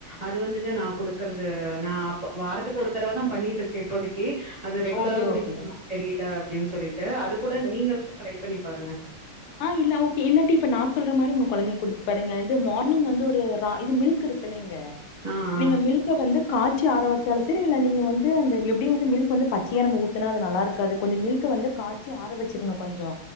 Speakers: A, on the right (about 35°); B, on the left (about 85°).
A: அது வந்துட்டு நா குடுக்கறது நா அப்ப வாரத்துக்கு ஒரு தடவ தா பண்ணிட்டுருக்கே இப்போதைக்கு அது ரெகுலரா
B: ஓகே
A: குடிக்கணுமா
B: ஓகே
A: தெரில டினு சொல்லிட் டு அது கூட நீங்க வந்து ட்ரை பண்ணி பாருங்க
B: ஆஹ் இல்ல ஓகே இல்லாட்டி இப்ப நா சொல்ற மாரி உங்க கொழந்தைக்கு குடுத்து பாருங்க இது மார்னிங் வந்து ஒரு ரா இது மில்க் இருக்கு இல்லங்
A: ஆ, ஆ.
B: நீங்க மில்க்க வந்து காச்சி ஆர வச்சாலு சரி இல்ல நீங்க வந்து அந்த எப்டியு வந்து மில்க் வந்து பச்சையா நம்ம ஊத்துனா அது நல்லாருக்காது கொஞ்ச மில்க்க வந்து காச்சி ஆர வச்சுருங்க கொஞ்சோ